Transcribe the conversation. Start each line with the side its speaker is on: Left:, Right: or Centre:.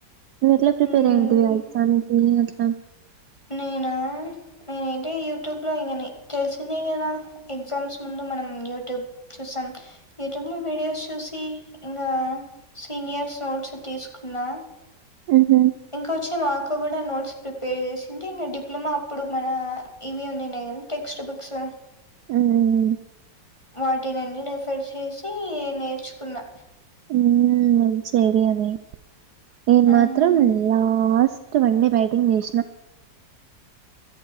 Right: మీర్ ఎట్లా ప్రిపేర్
Left: మ్మ్
Right: ఏంటి ఆ ఎగ్జామ్ కీ అట్లా
Left: నేనా నేనైతే యూట్యూబ్ లో ఇగ నే తెలిసిందే కదా ఎగ్జామ్స్ ముందు మనం యూట్యూబ్ చూసాం యుట్యూబ్ లో విడియోస్ చూసి ఇంగ సినియర్ సో న్ ట్స్ తీసుకున్నా
Right: మ్హూ
Left: ఇంకొచ్చి మాఅక్క కూడా నోట్స్ ప్రిపేర్ చేసి అంటే ఇంగ్ డిప్లొమా అప్పుడు మన ఇవి ఉన్నినయి కదా టెక్స్ట్ బుక్స్
Right: ఆ <unintelligible>
Left: వాటినన్ని రీఫర్ చేసి నేర్చుకున్నా
Right: ఉమ్ వన్ సేడి అనే నేను
Left: మ్మ్.
Right: మాత్రం లాస్ట్ వన్ డే బ్యాటింగ్ చేశ్ న